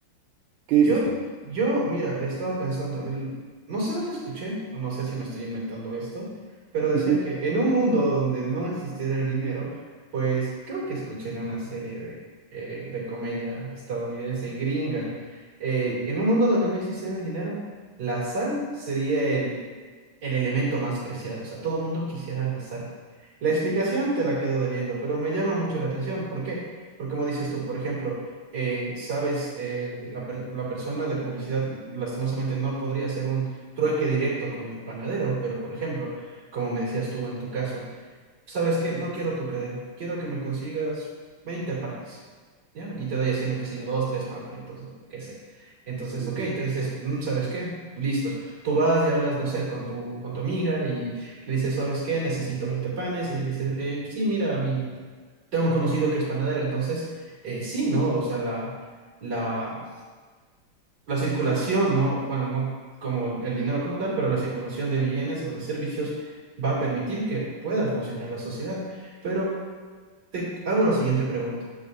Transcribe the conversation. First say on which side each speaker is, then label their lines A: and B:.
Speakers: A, on the right; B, on the right.
A: ¿Qué
B: Yo,
A: dices tú?
B: yo, mira, estaba pensando, el, no sé dónde escuché, o no sé si me estoy inventando esto, pero decía
A: <laughs>
B: que en un mundo donde no existiera el dinero, pues creo que escuché en una serie de, eh, de comedia estadounidense, gringa, eh,
A: Ujú,
B: en un mundo donde no existiera el dinero, la sal sería el elemento más preciado. O sea, todo el mundo quisiera la sal. La explicación te la quedo debiendo, pero me llama mucho la atención. ¿Por qué? Porque como dices tú, por ejemplo, eh, sabes, eh, la, per- la persona de publicidad lastimosamente no podría hacer un trueque directo con el panadero, pero por ejemplo, como me decías tú en tu caso, ¿sabes qué? No quiero tu cadena, quiero que me consigas 20 panes, ¿ya? Y te doy haciendo, qué sé yo, dos, tres panfletos o qué sé. Entonces,
A: ujú.
B: ok, te dices, "Mm, ¿sabes qué? Listo. Tú vas y hablas, no sé, con tu, con tu amiga y le dices, ¿sabes qué? Necesito 20 panes. Ella dice, "Eh, sí, mira, mi... tengo un conocido que es panadero, entonces, eh, sí, ¿no? O sea, la... La, la circulación, no, bueno, no como el dinero como tal, pero la circulación de bienes o de servicios va a permitir que pueda funcionar la sociedad. Pero te hago la siguiente pregunta.